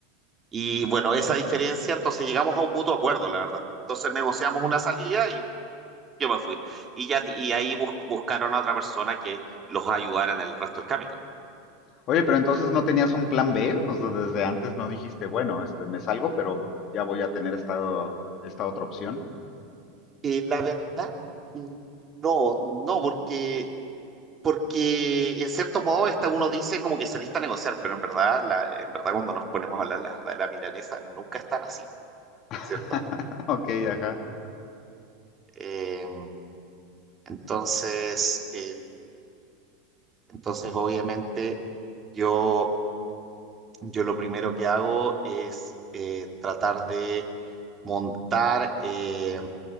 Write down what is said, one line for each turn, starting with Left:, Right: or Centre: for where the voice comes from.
Right: y bueno, esa diferencia, entonces llegamos a un mutuo acuerdo, la verdad. Entonces negociamos una salida y yo me fui. Y, ya, y ahí bus- buscaron a otra persona que los ayudara en el resto del camino.
Left: Oye, pero entonces no tenías un plan B, o sea, desde antes no dijiste, bueno, este, me salgo, pero ya voy a tener esta, esta otra opción.
Right: Y la verdad, mm, no, no, porque porque en cierto modo esta uno dice como que saliste a negociar, pero en verdad, la, en verdad cuando nos ponemos a hablar la verdad de la milanesa, nunca están así,
Left: <laughs>
Right: ¿cierto?
Left: Ok, ajá.
Right: Eh, entonces, el- entonces obviamente yo, yo lo primero que hago es eh, tratar de montar. eh,